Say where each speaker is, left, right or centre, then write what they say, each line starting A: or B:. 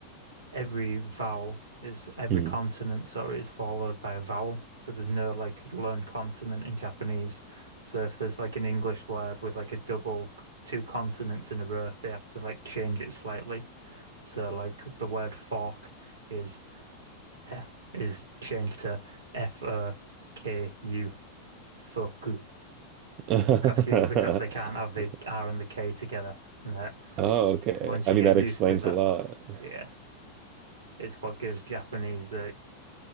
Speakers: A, on the right; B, on the right.
A: every vowel is every
B: Hmm.
A: consonant, sorry, is followed by a vowel. So there's no like lone consonant in Japanese. So if there's like an English word with like a double two consonants in a row, they have to like change it slightly. So like the word fork is eh, is changed to F O K U, foku,
B: <laughs>
A: because you, because they can't have the R and the K together. And that
B: Oh, okay.
A: Once
B: I
A: you
B: mean,
A: get
B: that
A: used
B: explains
A: to that,
B: a lot. <laughs>
A: yeah, it's what gives Japanese the